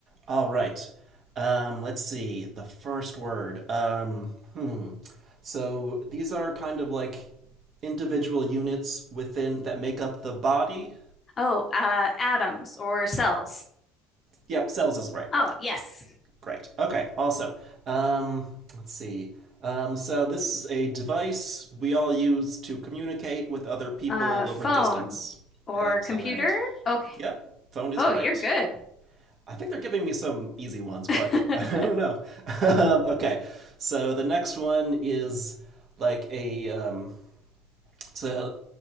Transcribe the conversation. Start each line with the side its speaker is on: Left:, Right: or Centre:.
Right: All right. Um, let's see. The first word. Um, hmm. So these are kind of like individual units within that make up the body
Left: Oh, uh, atoms or cells.
Right: Yep, cells is right.
Left: Oh, yes.
Right: Great. Okay. Also, um, let's see. Um, so this is a device we all use to communicate with other people
Left: Uh,
Right: over
Left: phone
Right: distance.
Left: or
Right: Excellent.
Left: computer? Okay.
Right: Yep, phone is
Left: Oh,
Right: right.
Left: you're good.
Right: I think they're giving me some easy ones, but
Left: <laughs>
Right: <laughs> I don't know. <laughs> um, okay, so the next one is like a um, it's a,